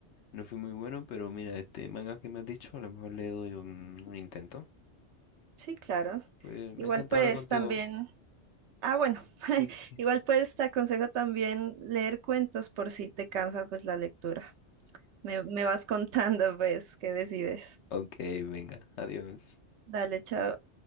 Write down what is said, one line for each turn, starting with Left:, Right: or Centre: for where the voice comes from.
Left: no fui muy bueno, pero mira, este manga que me has dicho, a lo mejor le doy un, un intento.
Right: Sí, claro.
Left: Pues
Right: Igual
Left: me encanta
Right: pues
Left: hablar contigo.
Right: también, ah bueno, <laughs>
Left: Sí, es que.
Right: igual pues te aconsejo también leer cuentos por si te cansa pues la lectura. Me, me vas contando pues qué decides.
Left: Ok, venga, adiós.
Right: Dale, chao.